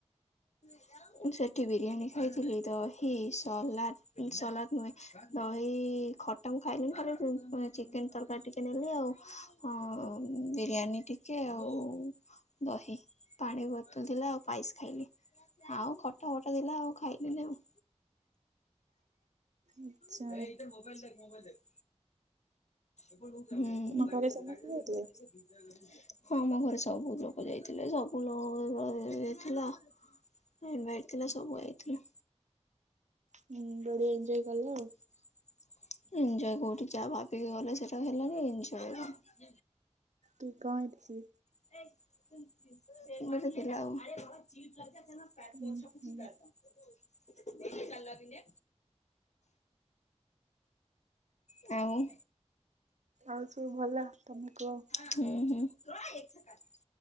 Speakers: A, on the left; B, on the right.
A: ହୁଁ <inaudible> <unintelligible> ମୁଁ ସେଠି ବିରିୟାନୀ ଖାଇଥିଲି ଦହି ସାଲାଟ୍ ସଲାଟ୍ ନୁହେଁ। ଦହି ଖଟା ମୁଁ ଖାଇଲିନି ଖାଲି ଚି <unintelligible> ଚିକେନ ତରକାରୀ ଟିକେ ନେଲି ଆଉ ହଁ ଆଉ ବିରିୟାନୀ ଟିକେ ଆଉ। ଦହି ପାଣି ବୋତଲ୍ ଥିଲା ଆଉ ପାଇସ୍ ଖାଇଲି। ଆଉ ଖଟା ଫଟା ଥିଲା ଆଉ ଖାଇଲିନି ଆଉ
B: ଆଚ୍ଛା
A: <unintelligible> ହେ ଏଇଟେ ମୋବାଇଲ ଦେଖ୍ ମୋବାଇଲ ଦେଖ୍। ହୁଁ। <unintelligible>
B: ତମ
A: <unintelligible>
B: ଘରେ ସମସ୍ତେ ଯାଇଥିଲେ?
A: ହଁ ଆମ ଘରେ ସବୁ ଲୋକ ଯାଇଥିଲେ ସବୁ <unintelligible> ଥିଲା। ଇନ୍ଭାଇଟ୍ ଥିଲା ସବୁ ଆଇଥିଲା।
B: ହୁଁ
A: <unintelligible>
B: ବଢିଆ ଏଞ୍ଜୟ କଲ ଆଉ।
A: ଏନ୍ଜଏ କୋଉଠି ଯାହା ଭାକିକି ଗଲେ ସେଟା ହେଲାନି ଏଞ୍ଜୟ୍ <unintelligible>
B: କି କାଏଁ ହେତ୍ସି?
A: <unintelligible> ଏମିତି ଥିଲା ଆଉ। ଚିଲ୍ <unintelligible> କ ମାଛି
B: ହୁଁ ହୁଁ
A: କର ଏ ଚା ବି। କାଉଁ।
B: ଆଉ ସବୁ ଭଲ ତମେ କୁହ?
A: ହୁଁ ହୁଁ <unintelligible>